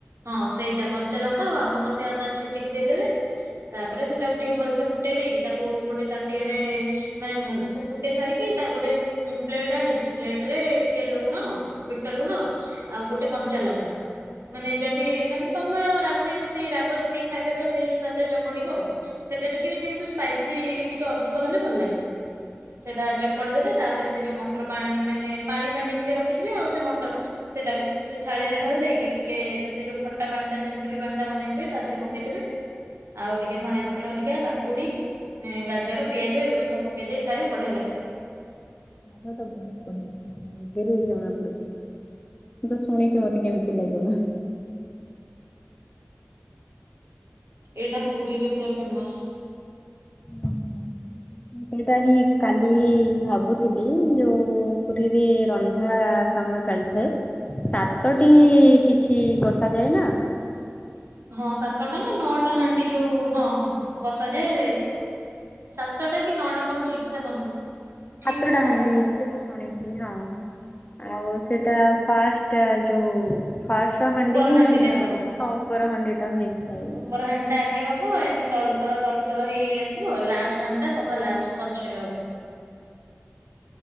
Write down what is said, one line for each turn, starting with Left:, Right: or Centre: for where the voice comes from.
Right: ହଁ ସେଇଟା କଞ୍ଚା ଲଙ୍କା ଆଉ ଆମ୍ବ କଷିଆ ଅଦା ଛେଚିକି ଦେଇଦେବେ। ତାପରେ ସେଟାକୁ ଟିକେ ଭଲସେ ଫୁଟେଇ ଦେଇକି ତାକୁ ଗୋଟେ ତାଟିଆରେ ମାନେ ଉଁ ସେ ଫୁଟେଇ ସାରିକି ତା ଗୋଟେ ଉ ପ୍ଲେଟ ଆଣିକି ପ୍ଲେଟରେ ଟିକେ ଲୁଣ ବିଟ ଲୁଣ ଆଉ ଗୋଟେ କଞ୍ଚା ଲଙ୍ଗା ମାନେ ଯଦି ମାନେ ତମେ ରାଗ ଯେତିକି ରାଗ ଯେତିକି ଖାଇପାରିବ ସେଇ ହିସାବରେ ଚକଡିବ ଆଉ। ସେଟା ଟିକିଏ କିନ୍ତୁ ସ୍ପାଇସି ଟିକେ ଅଧିକ ହେଲେ ଭଲ ଲାଗେ ସେଟା ଚକଡି ଦେବେ ତାପରେ ସେ ଯୋ ମ ମଟର ପାଣି ମାନେ ପାଣି ପାଣି ଟିକେ ରଖିଥିବେ ଆଉ ସେ ମଟର୍ ସେଟାକୁ ସେ ଥାଳିଆରେ ଢାଲ୍ ଦେଇକି ଟି ଟିକେ ତା ସେ ଯୋଉ ଖଟା ପାଣି ଟା ତେନ୍ତୁଲି ପାଣି ଟା ବନେଇଥିବେ ତା ଦେହରେ ପକେଇଦେବେ ଆଉ ଟିକ ଟିକେ ଧଣିଆ ପତ୍ର ହରିକା କାକୁଡି ଅ ଗାଜର ପିଆଜ ଏଗୁଡା ସବୁ ପକେଇ ଦେଇେଇ ଖାଇ ବଢିଆ ଲାଗିବ।
Left: ତ ବହୁତ ବଢିଆଥିଲା ଏବରୁ ଜଣା ପଡୁଛି ମୁଁ ତ ଶୁଣି କି ମୋତେ କେମିତି ଲାଗିବ
Right: ଏଇଟା ପୁରୀରେ ପୁରା ଫେମସ।
Left: ଓହୋ। ମୁଁ ସେଇଟା ହିଁ କାଲି ଭାବୁଥିଲି ଯୋଉ ପୁରୀରେ ରନ୍ଧା କାମ ଚାଲିଥାଏ ସାତଟି କିଛି ବସାଯାଏ ନା।
Right: ହଁ ସାତଟା ନା ନଅଟା ହାଣ୍ଡି ଯୋଉ ହଁ ହଁ ବସାଯାଏ। ସାତଟା କି ନଅଟା ମୋ ଠିକ ସେ ମନ ନାହିଁ। ଠିକ
Left: ହାତୋଡ଼ା
Right: ସେ ମନେ
Left: ହାଣ୍ଡି
Right: ନାହିଁ
Left: ବୋଲି ମୁଁ ଶୁଣିଥିଲି ହଁ। ଆଉ ସେଟା ଫାଷ୍ଟ ଯୋଉ ଫାଷ୍ଟ
Right: ଉପର
Left: ହାଣ୍ଡି ହିଁ
Right: ଟା ହବ।
Left: ଉପର୍ ହାଣ୍ଡେଟା ହେଇଥାଏ।
Right: ଅପର ହାଣ୍ଡିଟା ଆଗେ ହବ ଏମିତି ତଳକୁ ତଳ ତଳକୁ ତଳ ହେଇ ହେଇ ଆସିବ ଲାଷ୍ଟ ହାଣ୍ଡିଟା ସଭା ଲାଷ୍ଟ ପଛରେ ହବ।